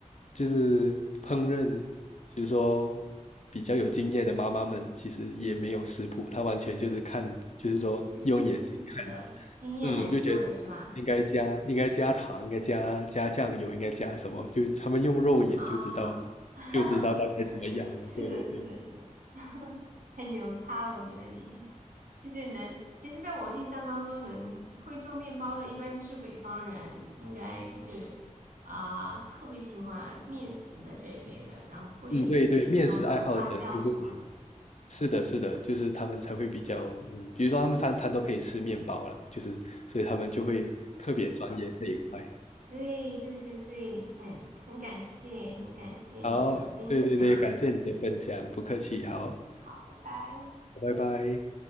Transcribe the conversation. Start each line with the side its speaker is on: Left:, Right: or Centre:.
Left: 就是烹饪，就是说比较有经验的妈妈们，其实也没有食谱，她完全就是看，就是说用眼睛，
Right: 就是根据自己的经验来做的是吧？
Left: 嗯，就觉得应该加应该加糖，应该加加酱油，应该加什么，就他们用肉眼就知道，
Right: 啊，<laughs>
Left: 就知道大概怎么样了。
Right: 是的，
Left: 对对对，
Right: 是的，是的，<laughs> 很牛叉的，我觉得你就是能，其实在我印象当中能会做面包的，一般就是北方人，应该就是啊、特别喜欢面食的这一类的，然后会就是懂得发酵什么的。
Left: 嗯，对对，面食爱好者就会。是的，是的，就是他们才会比较，嗯，比如说他们三餐都可以吃面包了，就是所以他们就会特别钻研这一块。
Right: 对对对对，很很感谢，很感谢你的分享。
Left: 好，对对对，感谢你的分享，不客气，好，
Right: 好，拜拜。
Left: 拜拜。